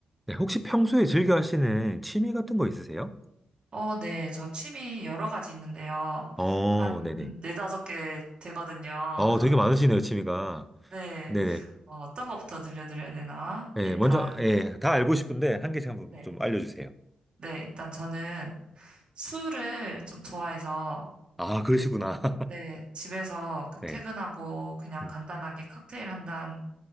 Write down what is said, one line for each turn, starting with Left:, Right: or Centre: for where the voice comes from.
Centre: 네, 혹시 평소에 즐겨 하시는 취미 같은 거 있으세요?
Right: 어, 네. 저 취미 여러 가지 있는데요.
Centre: 어,
Right: 한
Centre: 네네.
Right: 네다섯 개 되거든요.
Centre: 어,
Right: <laughs>
Centre: 되게 많으시네요, 취미가.
Right: 네.
Centre: 네네.
Right: 어, 떤 거부터 들려드려야 되나?
Centre: 예,
Right: 일단,
Centre: 먼저, 예, 다 알고 싶은데, 한 개씩 한번
Right: 네.
Centre: 좀 알려주세요.
Right: 네. 일단 저는 술을 좀 좋아해서,
Centre: 아, 그러시구나. <laughs>
Right: 네. 집에서 그
Centre: 네.
Right: 퇴근하고 그냥
Centre: 음,
Right: 간단하게 칵테일 한 잔